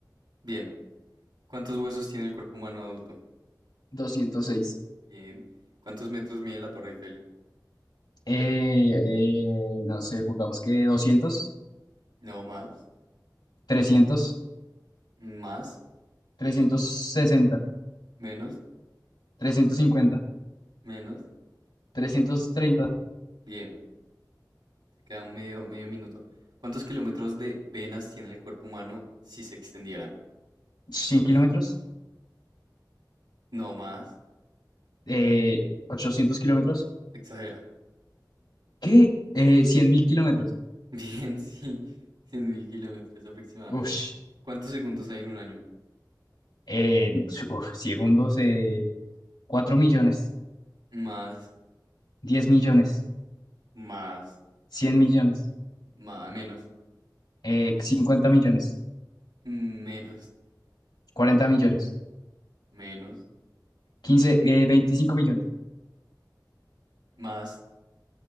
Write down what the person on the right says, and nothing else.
Bien. ¿Cuántos huesos tiene el cuerpo humano adulto?
Bien. ¿Cuántos metros mide la Torre Eiffel?
No, más,
más,
menos,
menos.
Bien. Te queda un medio, medio minuto. ¿Cuántos kilómetros de venas tiene el cuerpo humano si se extendieran?
Ush.
No más.
Exagera.
<laughs> Bien, sí, 100.000 kilómetros aproximadamente.
¿Cuántos segundos hay en un año?
Más,
más,
más, menos,
menos,
menos,
más,